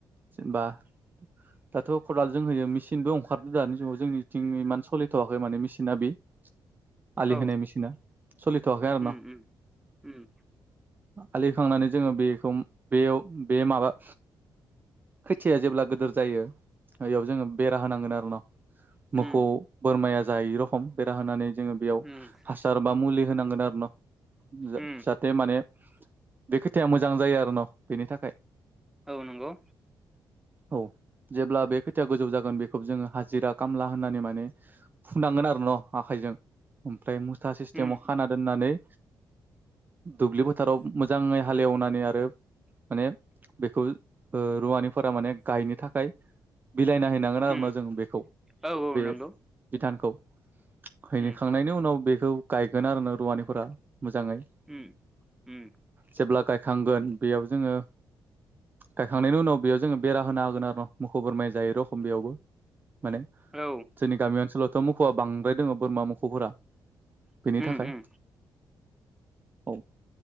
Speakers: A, on the right (about 25°); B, in the centre.
A: जेनबा दाथ' खदालजों होयो मेसिनबो अखारदो दानि जुगाव जोंनिथिं इमान सलिथ'वाखै माने मेसिना बि आलि
B: औ
A: होनाय मेसिना सलिथ'आखै आरो
B: उम
A: न'
B: उम उम
A: आलि होखांनानै जोङो बेखौ बेयाव बे माबा खैथिया जेब्ला गोदोर जायो बेयाव जोङो बेरा होनांगोन आरो न'। मोखौ
B: उम
A: बोरमाया जायै रखम बेरा होनानै जोङो बेयाव
B: उम
A: हासार बा मुलि होनांगोन आरो न
B: उम
A: बे माने बे खोथाया मोजां जायो आरो न' बेनि थाखाय।
B: औ नंगौ।
A: औ जेब्ला बे खोथाया गोजौ जागोन बेखौ जोङो हाजिरा खामला होननानै माने फुनांगोन आरो न। आखाइजों ओमफ्राय मुथा सिस्टेमाव
B: उम
A: खाना दोननानै दुब्लि फोथाराव मोजाङै हालेवनानै आरो माने बेखौ ओ रुवानिफोरा माने गायनो थाखाय बिलाइना हैनांगोन आरो
B: उम
A: ना जों बेखौ
B: औ औ
A: बे
B: नंगौ
A: बिधानखौ हैखांनायनि
B: उम
A: उनाव बेखौ गायगोन आरो न रुवानिफोरा मोजाङै।
B: उम उम
A: जेब्ला गायखांगोन बेयाव जोङो गायखांनायनि उनाव बेयाव जोङो बेरा होना होगोन आरो मोखौ बोरमाया जायै रखम बेयावबो। माने
B: औ
A: जोंनि गामि ओनसोलावथ' मोखौआ बांद्राय दोङो बोरमा मोखौफोरा
B: उम
A: बेनि थाखाय
B: उम
A: औ